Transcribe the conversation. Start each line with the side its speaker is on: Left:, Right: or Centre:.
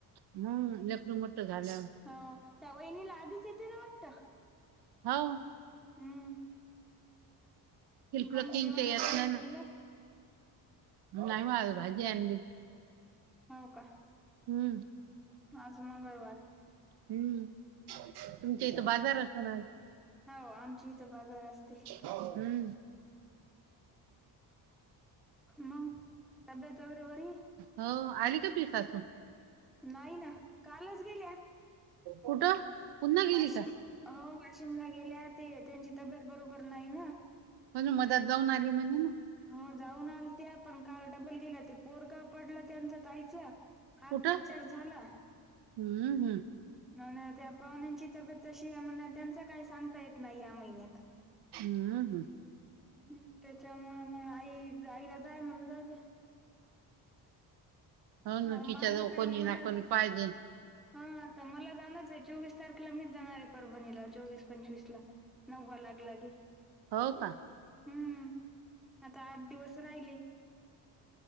Right: हम लेकर मोठं झाल्यावर.
Centre: हो त्या वहिणीला आधीच येते ना वाटत.
Right: हाव.
Centre: हम्म.
Right: हिकडं
Centre: मग
Right: तीन
Centre: जेवण
Right: चे
Centre: वगैरे
Right: येत नाही
Centre: झालं
Right: ना. नाही म आज भाजी आणली.
Centre: हाव का.
Right: हम्म.
Centre: आज मंगळवार.
Right: हम्म तुमच्या इथं बाजार असन आज.
Centre: हाव आमच्या इथं बाजार असते.
Right: हम्म.
Centre: मग. तब्येत वगैरे बरी आहे?
Right: हो आली का तुझी सासू?
Centre: नाही ना कालच गेल्या.
Right: कुठं? पुन्हा गेली
Centre: वाशिम
Right: का
Centre: हो वाशिमला गेले ते त्यांची तब्येत बरोबर नाही ना.
Right: म्हणून मदात जाऊन आली म्हणेे ना.
Centre: हो जाऊन आलते आपण काल डबल गेल्या ते पोरगं पडलं त्यांच ताईचं. हात
Right: कुठं
Centre: फ्रॅक्चर झाला.
Right: हम्म हम्म.
Centre: नाई ना त्या पाहुण्यांची तब्येत तशी आहे म्हणल्यावर त्यांच काही सांगता येत नाही या महिन्यात.
Right: हम्म हं.
Centre: हम्म त्याच्यामुळं मग आई आईला जाय म्हणलं जाऊद्या.
Right: हो न
Centre: अरे माझं
Right: तिच्या जवळ
Centre: काय
Right: कोणी
Centre: मला
Right: ना कोणी पाहिजे.
Centre: हा आता मला जाणच आहे चोवीस तारखेला मीच जाणार आहे परभणीला चोवीस पंचवीस ला. नववा लागलागे.
Right: हो का.
Centre: हम्म आता आठ दिवस राहिले.